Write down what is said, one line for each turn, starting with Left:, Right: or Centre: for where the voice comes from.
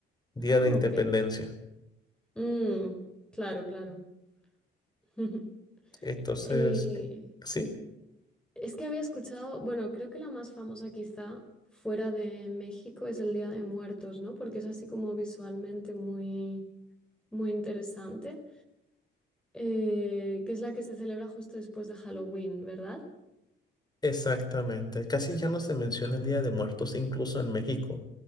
Left: día
Centre: Ah,
Left: de independencia.
Centre: ok. Mm, claro, claro. <laughs>
Left: Entonces,
Centre: Eh,
Left: eh, sí,
Centre: es que había escuchado, bueno, creo que la más famosa quizá fuera de México es el Día de Muertos, ¿no? Porque es así como visualmente muy, muy interesante, eh, que es la que se celebra justo después de Halloween, ¿verdad?
Left: exactamente. Casi ya no se menciona el Día de Muertos incluso en México.